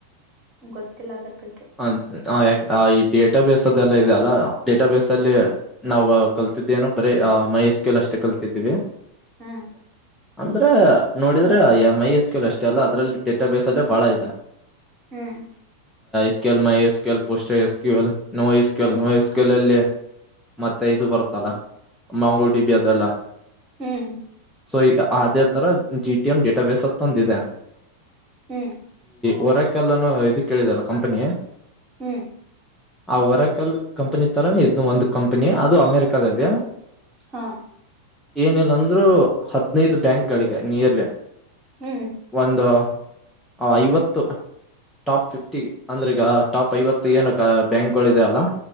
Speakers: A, on the right; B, in the centre.
A: ಗೊತ್ತಿಲ್ಲ ಅದ್ರ ಬಗ್ಗೆ.
B: ಆ ಆ ಯಾಕ್- ಆ ಈ ಡೇಟಾ ಬೇಸ್ ಅದೆಲ್ಲ ಇದೆ ಅಲ್ಲ ಡೇಟಾ ಬೇಸ್ ಅಲ್ಲಿ ನಾವು ಕಲ್ತಿದ್ದೇನು ಬರೀ ಆ ಮೈಸ್ಕೇಲ್ ಅಷ್ಟೇ ಕಲ್ತಿದ್ದೀವಿ.
A: ಹ್ಮ್
B: ಅಂದ್ರೆ ನೋಡಿದ್ರೆ ಅ ಮೈ ಎಸ್ ಕೆಯಲ್ ಅಷ್ಟೇ ಅಲ್ಲ ಅದರಲ್ಲಿ ಕೇಟ ಬೇಸ್ ಅಲ್ಲೇ ಬಾಳ ಇದೆ
A: ಹ್ಮ್
B: ಸ್ಕಸ್ಕ ಪ ಎಸ್ೋಸ್ಕ ನೋ
A: ಹ್ಮ್
B: ಎಸ್ಕ ಎಲ್ಲಿ ಮತ್ತೆ ಇದು ಬರ್ತಲ್ಲ ಮಂಗೂಡಿ ಬಿ ಅದೆಲ್ಲ
A: ಹ್ಮ್
B: ಸೊ ಈ ಅದೇ ತರ G T M database ಅ ತಂದಿದೆ
A: ಹ್ಮ್
B: ಹೊರಾಕಲ್ಲನ ಇದು ಕೇಳಿದಲ್ಲ ಕಂಪನಿ
A: ಹ್ಮ್
B: ಆ ವರಾಕಲ್ ಕಂಪನಿ ತರಾನ ಇದದು ಒಂದು ಕಂಪನಿ ಅದು ಅಮೆರಿಕದಲ್ಲಿಯ
A: ಹಾ
B: ಏನಿಲ್ಲ ಅಂದ್ರರು ಹದ್ನೈದು ಬ್ಯಾಂಕ್ ಗಳಿಗೆ ನಿಯರ್ಲಿ
A: ಹ್ಮ್
B: ಒಂದು ಆ ಐವತ್ತು ಟಾಪ್ ಫಿಫ್ಟಿ ಅಂದ್ರೆ ಈಗ ಟಾಪ್ ಐವತ್ತು ಏನು ಬ್ಯಾಂಕ್ಗಳಿದೆ ಅಲ್ಲ